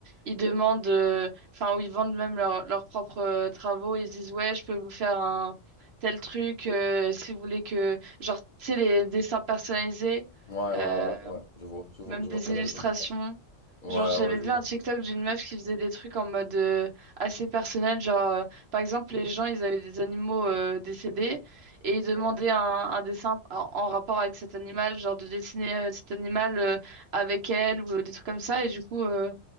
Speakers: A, on the right; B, on the left.
A: ils demandent, euh, enfin, où ils vendent même leur- leurs propres euh, travaux et ils disent, ouais, je peux vous faire un tel truc, euh, si vous voulez que, genre, tu sais, les dessins personnalisés.
B: Ouais, ouais,
A: euh,
B: ouais, ouais, je vois, je vois,
A: même
B: je
A: des
B: vois très bien
A: illustrations.
B: de quoi tu parles. Ouais,
A: Genre, j'avais
B: ouais, je
A: vu
B: vois.
A: un TikTok d'une meuf qui faisait des trucs en mode euh, assez personnel. Genre, euh, par exemple, les gens, ils avaient des animaux euh, décédés et ils demandaient
B: Ouais,
A: un, un dessin en, en rapport avec cet animal, genre de dessiner euh, cet animal euh, avec elle ou euh, des trucs comme ça. Et du coup, euh,